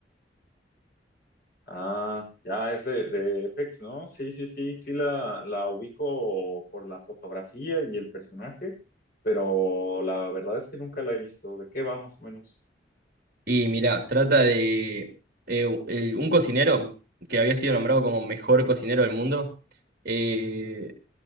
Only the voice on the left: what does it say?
Ah, ya es de, de FX, ¿no? Sí, sí, sí, sí la, la ubico por la fotografía y el personaje, pero la verdad es que nunca la he visto. ¿De qué va más o menos?